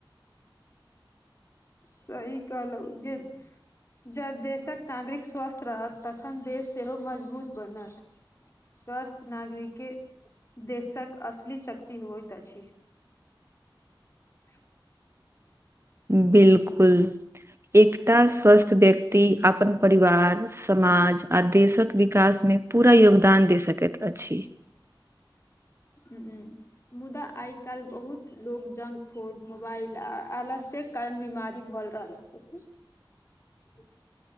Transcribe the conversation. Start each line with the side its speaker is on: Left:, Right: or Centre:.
Left: सही कहलौं जे जँ देशक नागरिक स्वस्थ रहत तखन देश सेहो मजबूत बनत स्वस्थ नागरिक के देशक असली शक्ति होइत अछि <inaudible>
Right: बिलकुल एकटा स्वस्थ व्यक्ति अपन परिवार समाज आ देशक विकास में पूरा योगदान दे सकैत अछि
Left: हं मुदा आई काल बहुत लोग जंक फूड मोबाइल आ आलस्य के कारण बीमारी भऽ रहल सबकिछु ठ